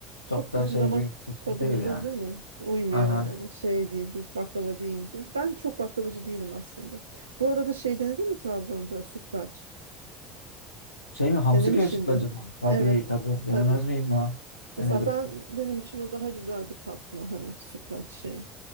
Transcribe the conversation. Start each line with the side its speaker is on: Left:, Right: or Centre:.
Left: Çok
Right: Çok
Left: da
Right: bizim
Left: şey
Right: damak
Left: bir fikir
Right: tadımıza
Left: değil yani.
Right: değil mi? Uymuyor
Left: Aha.
Right: yani şey diye biz baklava deyince. Ben çok baklavacı değilim aslında. Bu arada şey denedin mi Trabzon'da sütlaç?
Left: Şey mi hamsi
Right: Denemişsindir.
Left: köy sütlü acaba? Tabii
Right: Evet
Left: tabii denemez
Right: tabii.
Left: miyim ya?
Right: Mesela
Left: Denedim.
Right: ben benim için o daha güzel bir tatlı hani sütlaç şey.